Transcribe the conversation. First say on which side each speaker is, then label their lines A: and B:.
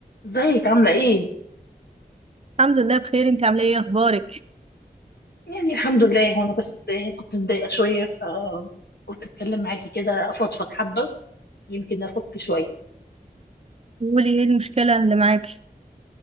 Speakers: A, on the left; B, on the right.
A: ازيك عاملة ايه؟
B: الحمد لله بخير انت عامله ايه اخبارك
A: يعني الحمد لله وانا بس كنت متضايقة شوية فقلت اتكلم معاكي كده افضفض حبة يمكن افك شوية
B: قولي ايه المشكله اللي معاكي